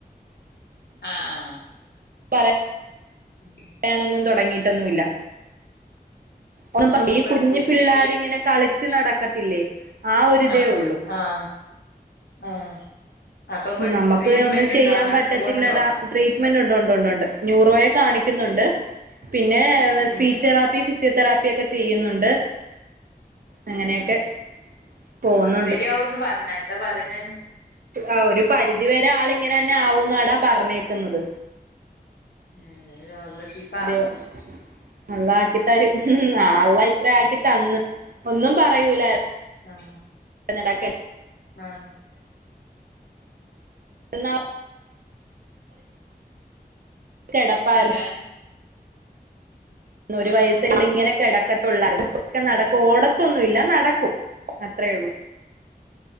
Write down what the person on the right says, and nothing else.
<unintelligible>
യാനൊന്നും തുടങ്ങിട്ടൊന്നുല്ല. ഒന്ന്
ഈ
കുഞ്ഞു
പിള്ളേര് ഇങ്ങനെ കളിച്ച് നടക്കത്തില്ലേ ആ ഒരിതേ
ഒള്ളൂ
നമ്മക്ക്
ഒന്നും ചെയ്യാൻ
പറ്റത്തില്ലടാ ട്രീറ്റ്മെന്റ് ഉണ്ട് ഉണ്ട് ഉണ്ട് ന്യൂറോയെ കാണിക്കുന്നുണ്ട് പിന്നെ സ്പീച്ച്തെ
ഫിസിയോതെറാപ്പി ഒക്കെ ചെയ്യുന്നുണ്ട് അങ്ങനെയൊക്കെ
പോകുന്നുണ്ട്
ആഹ് ഒരു പരിധിവരെ ആള് ഇങ്ങനെ തന്നെ ആവുന്നാടാ പറഞ്ഞേക്കുന്നത്
തരും അള്ള ആക്കി തരും. ആഹ് അള്ള ഇത്ര ആക്കി
തന്ന് ഒന്നും പറയൂല
നടക്കൻ
എന്ന കിടപ്പാരു
ഒരു
വയസ്സ
ക്കടക്കത്തള്ള നടക്കു
ഓട ന്നുല്ല നടക്കും അത്രേ ഉള്ളൂ.